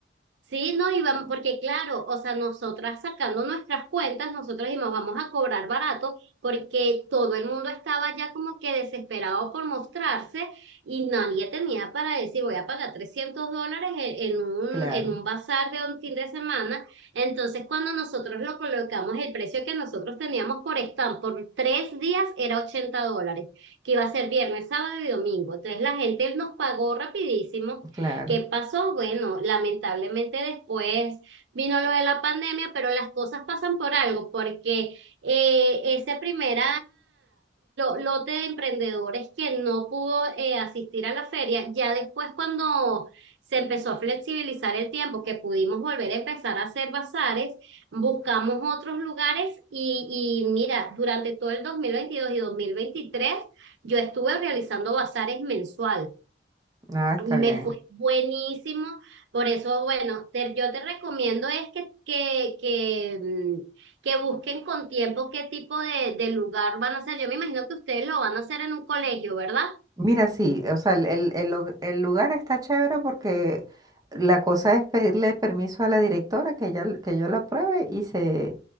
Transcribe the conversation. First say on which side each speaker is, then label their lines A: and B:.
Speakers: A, on the right; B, on the right.
A: Sí, no, y vam- porque claro, o sea, nosotras sacando nuestras cuentas, nosotros dijimos, vamos a cobrar barato, porque todo el mundo estaba ya como que desesperado por mostrarse y nadie tenía para decir, voy a pagar 300 dólares en, en un,
B: Claro.
A: en un bazar de un fin de semana. Entonces, cuando nosotros lo colocamos, el precio que nosotros teníamos por stand por tres días era 80 dólares, que iba a ser viernes, sábado y domingo. Entonces, la gente nos pagó rapidísimo.
B: Claro,
A: ¿Qué pasó? Bueno, lamentablemente después vino lo de la pandemia, pero las cosas pasan por algo, porque eh, ese primer lote de emprendedores que no pudo eh, asistir a la feria, ya después cuando se empezó a flexibilizar el tiempo, que pudimos volver a empezar a hacer bazares, buscamos otros lugares y, y mira, durante todo el 2022 y 2023, yo estuve realizando bazares mensuales
B: nada, está
A: y me
B: bien.
A: fue buenísimo. Por eso, bueno, te- yo te recomiendo es que, que, que, mm, que busquen con tiempo qué tipo de, de lugar van a hacer. Yo me imagino que ustedes lo van a hacer en un colegio, ¿verdad?
B: Mira, sí, o sea, el, el- el lu- el lugar está chévere porque la cosa es pedirle permiso a la directora que ella, que yo la apruebe y se,